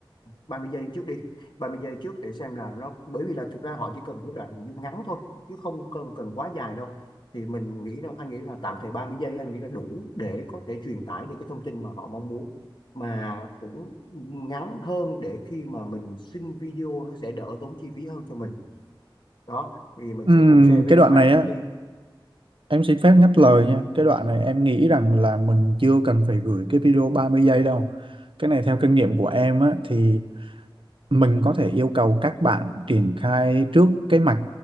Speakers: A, on the left (about 60°); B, on the right (about 75°).
A: 30 giây trước đi, 30 giây trước để xem là nó bởi vì là thực ra họ chỉ cần một cái đoạn nội dung ngắn thôi chứ không cần cần quá dài đâu thì mình nghĩ là anh nghĩ là tạm thời 30 giây anh nghĩ là đủ để có thể truyền tải được cái thông tin mà họ mong muốn mà cũng ngắn hơn để khi mà mình xin video nó sẽ đỡ tốn chi phí hơn cho mình đó thì mình
B: Ừm,
A: sẽ cùng share với
B: cái
A: các
B: đoạn
A: bạn
B: này
A: trong
B: á
A: team
B: em xin phép ngắt lời nha cái đoạn này em nghĩ rằng là mình chưa cần phải gửi cái video 30 giây đâu cái này theo kinh nghiệm của em á thì mình có thể yêu cầu các bạn triển khai trước cái mạch